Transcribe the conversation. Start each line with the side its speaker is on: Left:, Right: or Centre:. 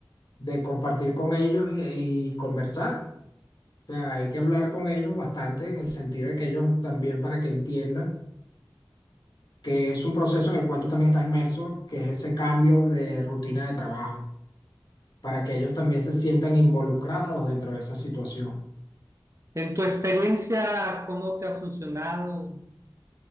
Left: de compartir con ellos y, y conversar. O sea, hay que hablar con ellos bastante en el sentido de que ellos también para que entiendan que es un proceso en el cual tú también estás inmerso, que es ese cambio de rutina de trabajo, para que ellos también se sientan involucrados dentro de esa situación.
Right: En tu experiencia, ¿cómo te ha funcionado?